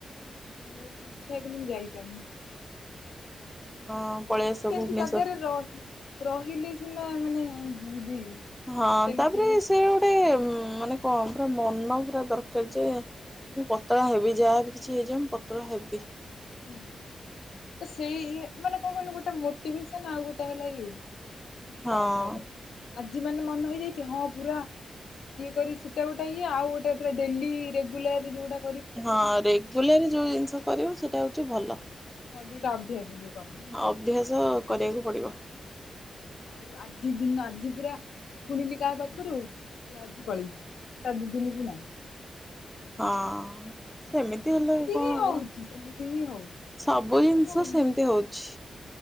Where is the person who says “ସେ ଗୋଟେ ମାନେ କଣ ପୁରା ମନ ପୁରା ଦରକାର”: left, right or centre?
Centre